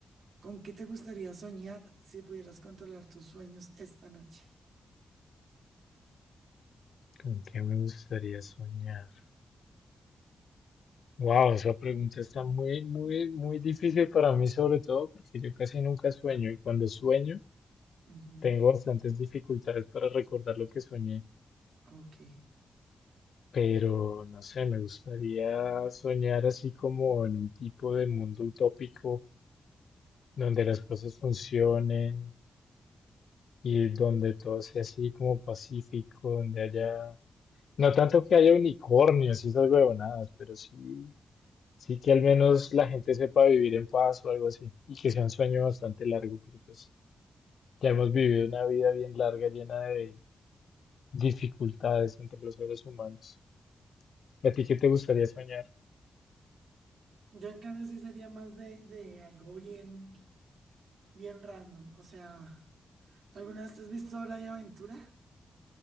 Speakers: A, on the right; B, on the left.
A: ¿con qué te gustaría soñar si pudieras controlar tus sueños esta noche?
B: ¿Con qué me gustaría soñar? Wow, esa pregunta está muy, muy, muy difícil para mí, sobre todo porque yo casi nunca sueño y cuando sueño
A: Ujú,
B: tengo bastantes dificultades para recordar lo que soñé.
A: Ok.
B: Pero no sé, me gustaría soñar así como en un tipo de mundo utópico donde las cosas funcionen y donde todo sea así como pacífico, donde haya, no tanto que haya unicornios y esas huevonadas, pero sí Sí, que al menos la gente sepa vivir en paz o algo así. Y que sea un sueño bastante largo, porque pues ya hemos vivido una vida bien larga, llena de dificultades entre los seres humanos. ¿Y a ti qué te gustaría soñar?
A: Yo en cambio sí sería más de, de algo bien, bien random. O sea, ¿alguna vez te has visto Hora de Aventura?